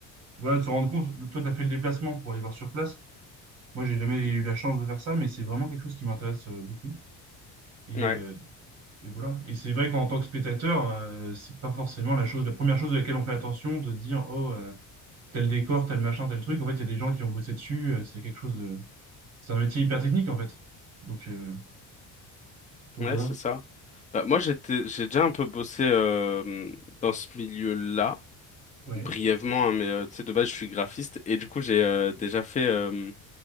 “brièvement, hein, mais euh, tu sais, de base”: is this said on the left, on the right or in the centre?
Left